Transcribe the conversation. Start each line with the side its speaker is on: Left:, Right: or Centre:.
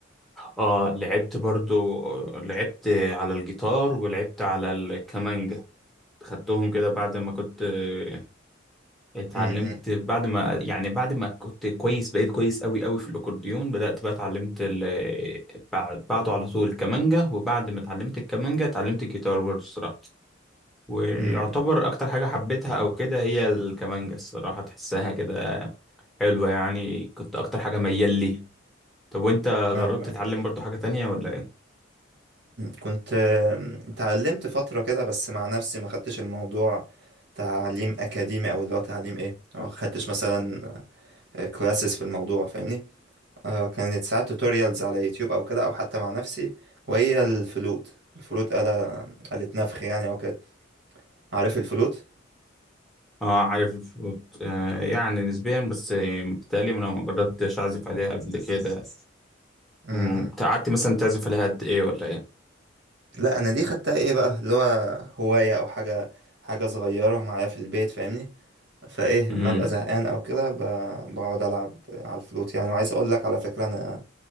Centre: اه لعبت برضو آه، لعبت على الجيتار ولعبت على الكمانجا خدتهم كده بعد ما كنت آه، اتعلمت
Right: م.
Centre: بعد ما يعني بعد ما كنت كويس بقيت كويس قوي قوي في الاكورديون بدأت بقى اتعلمت ال... بعد- بعده على طول الكمانجا وبعد ما اتعلمت الكمانجا اتعلمت الجيتار برضو الصراحة ويعتبر
Right: م- م.
Centre: اكتر حاجة حبيتها او كده هي الكمانجة الصراحة تحسها كده حلوة يعني كنت اكتر حاجة ميال لي طب وانت
Right: ايوه
Centre: جربت
Right: أيوة.
Centre: تتعلم برضو حاجة تانية ولا ايه
Right: كنت آه، اتعلمت فترة كده بس مع نفسي ما خدتش الموضوع تعليم أكاديمي أو اللي هو تعليم إيه ما خدتش مثلا كلاسز في الموضوع فاهمني آه، كانت ساعات توتوريالز على يوتيوب أو كده أو حتى مع نفسي وهي الفلوت الفلوت آلة آلة نفخ يعني أو كده عارف الفلوت؟
Centre: اه عارف وت- آه يعني نسبيا بس آه، بتهيألي انا ما جربتش اعزف عليها قبل كده
Right: م-م.
Centre: أمم، قعدت مثلا تعزف عليها قد ايه ولا ايه
Right: لا أنا دي خدتها إيه بقى اللي هو هواية أو حاجة حاجة صغيرة معايا في البيت فاهمني فايه
Centre: امم
Right: ما ببقى زهقان او كده ب- بقعد العب على الفلوت يعني وعايز اقول لك على فكره انا